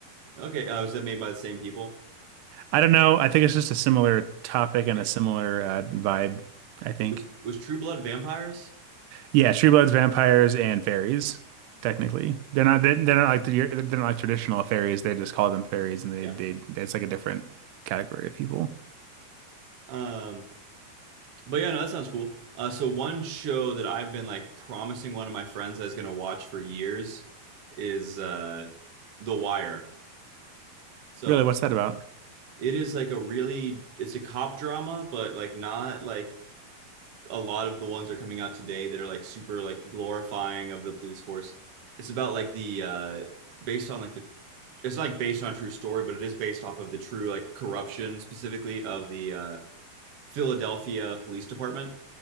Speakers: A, on the right; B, on the right.
A: Okay, uh, was that made by the same people?
B: I don't know. I think it's just a similar topic
A: Okay.
B: and a similar uh, vibe, I think.
A: Was was True Blood vampires?
B: Yeah, Truebloods, vampires, and fairies. Technically, they're not they're not like they're not like traditional fairies. They just call them fairies, and they
A: Yeah.
B: they it's like a different category of people.
A: Um, But yeah, no, that sounds cool. Uh, so one show that I've been like promising one of my friends I was gonna watch for years is uh, The Wire. So
B: Really, what's that about?
A: it is like a really, it's a cop drama, but like not like a lot of the ones that are coming out today that are like super like glorifying of the police force. It's about like the uh, based on like the it's not like based on a true story, but it is based off of the true like corruption specifically of the uh, Philadelphia Police Department.